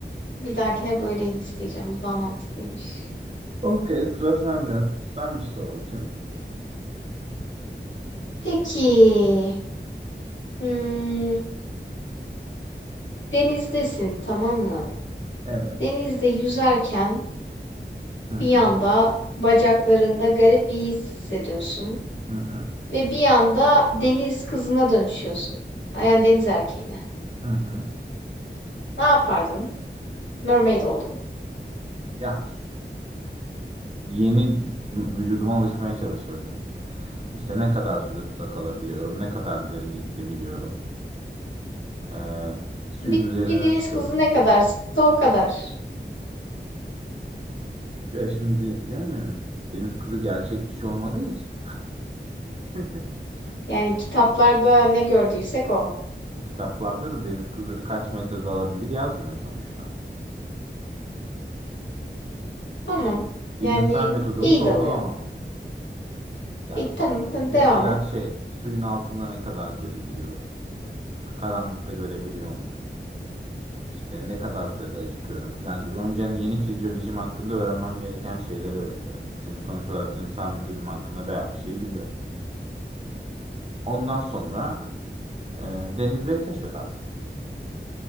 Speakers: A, on the left; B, on the right.
A: Bir dahakine böyle isteyeceğim. Bu daha mantıklıymış.
B: Okey sıra sende. Sen bir şey sor bakayım.
A: Peki. Hmm, denizdesin, tamam mı?
B: Evet.
A: Denizde yüzerken
B: Hı hı.
A: bir anda bacaklarında garip bir his hissediyorsun
B: Hı hı.
A: ve bir anda deniz kızına dönüşüyorsun. Yani deniz erkeğine.
B: Hı hı.
A: Ne yapardın? Mermaid oldun.
B: Ya s- yeni vücuduma alışmaya çalışırdım. İşte ne kadar süre suda kalabiliyorum, ne kadar derine gidebiliyorum, eee, suyun
A: Bir,
B: üzerine
A: bir deniz
B: çıkabiliyorum.
A: kızı ne kadarsa o kadar.
B: Ya şimdi canım deniz kızı gerçek bir şey olmadığı için. <laughs>
A: Yani kitaplarda ne gördüysek o.
B: Kitaplarda da deniz kızları kaç metre dalabilir yazmıyor sonuçta.
A: Tamam.
B: Bilimsel
A: Yani
B: metodumu
A: iyi
B: sorgulama.
A: dalıyorsun.
B: Ya
A: İyi, tamam,
B: m-
A: tamam
B: mesela
A: devam et.
B: şey suyun altında ne kadar görebiliyorum? Karanlıkta görebiliyor muyum? İşte ne kadar sürede acıkıyorum falan gibi. Önce hani yeni fizyolojim hakkında öğrenmem gereken şeyleri öğrenirim. Çünkü sonuç olarak insan vücudum hakkında bayağı bir şey biliyorum. Ondan sonra e, denizleri keşfederdim.